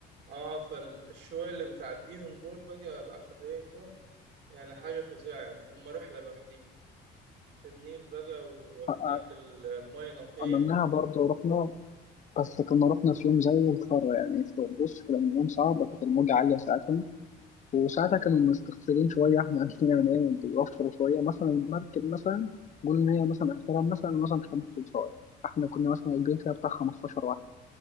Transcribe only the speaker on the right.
اه فالشوية اللي بتعديهم دول بقى العشر دقايق دول يعني حاجة فظيعة يعني هم رحلة لوحديهم في النيل بقى وهناك
المياه نقية